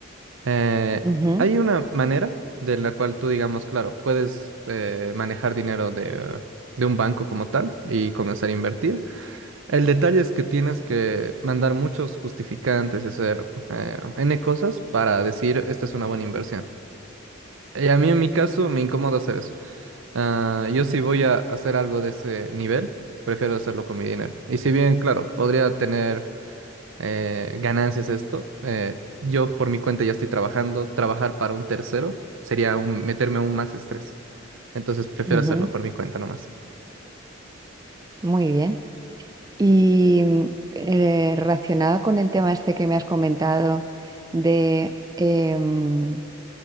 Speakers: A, on the right; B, on the right.
A: Eh,
B: Ujú,
A: hay una manera de la cual tú, digamos, claro, puedes eh, manejar dinero de, de un banco como tal y comenzar a invertir. El detalle es que tienes que mandar muchos justificantes y hacer eh, N cosas para decir esta es una buena inversión. Y a mí en mi caso me incomoda hacer eso. Ah, yo si voy a hacer algo de ese nivel, prefiero hacerlo con mi dinero. Y si bien, claro, podría tener eh, ganancias esto. eh, yo por mi cuenta ya estoy trabajando. Trabajar para un tercero sería aún- meterme aún más estrés. Entonces prefiero
B: ujú.
A: hacerlo por mi cuenta nomás.
B: Muy bien. Y mm, eh, relacionado con el tema este que me has comentado de... em,